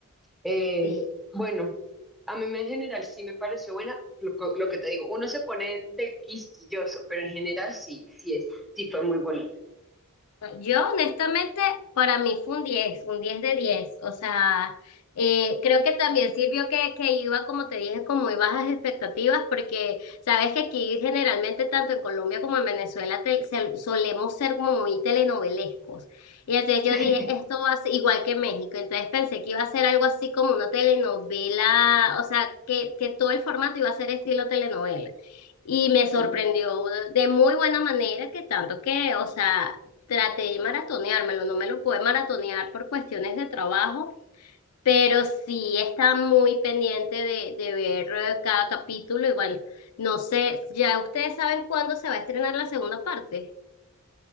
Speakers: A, in the centre; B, on the left (about 80°).
A: Eh,
B: sí.
A: bueno, a mí me- en general sí me pareció buena. Lo, co- lo que te digo, uno se pone de quisquilloso, pero en general sí, sí es, sí fue muy bonito.
B: No, Yo, honestamente, para mí fue un diez un 10 de diez O sea, eh, creo que también sirvió que, que iba, como te dije, con muy bajas expectativas, porque sabes que aquí generalmente, tanto en Colombia como en Venezuela, te- se- solemos ser como muy telenovelescos. Y entonces yo
A: <laughs>
B: dije, esto va a ser igual que México. Entonces pensé que iba a ser algo así como una telenovela, o sea, que, que todo el formato iba a ser estilo telenovela. Y me sorprendió
A: No,
B: de muy buena manera que tanto que, o sea, Traté de maratoneármelo, no me lo pude maratonear por cuestiones de trabajo, pero sí está muy pendiente de, de ver eh, cada capítulo y bueno, no sé, ya ustedes saben cuándo se va a estrenar la segunda parte.